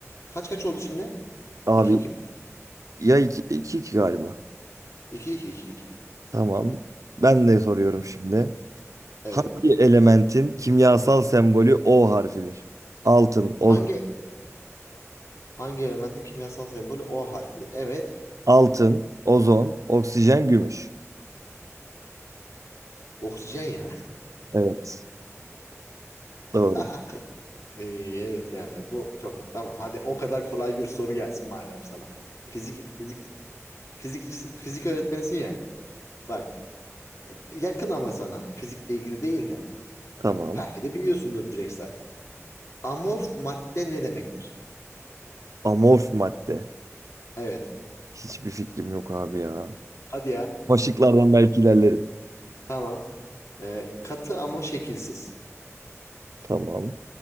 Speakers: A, on the left; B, on the right.
A: Kaç kaç oldu şimdi?
B: Abi
A: 2 iki mi?
B: ya iki, iki, iki galiba.
A: 2 iki iki iki.
B: Tamam. Ben de soruyorum şimdi.
A: Evet.
B: Hangi elementin kimyasal sembolü O harfidir? Altın,
A: Hangi
B: ozon,
A: hangi elementin kimyasal sembolü O harfidir? Evet.
B: altın, ozon, oksijen, gümüş.
A: Oksijen ya.
B: Evet. Doğru.
A: <laughs> Ee, evet yani bu çok tamam. Hadi o kadar kolay bir soru gelsin madem sana. Fizik fizik fizikçi fizik öğretmenisin ya. Bak yakın ama sana fizikle ilgili değil de
B: Tamam.
A: belki de biliyorsundur direkt zaten. Amorf madde ne demektir?
B: Amorf madde.
A: Evet.
B: Hiçbir fikrim yok abi ya.
A: Hadi ya.
B: Başlıklardan belki ilerlerim.
A: Tamam. Ee, katı ama şekilsiz.
B: Tamam.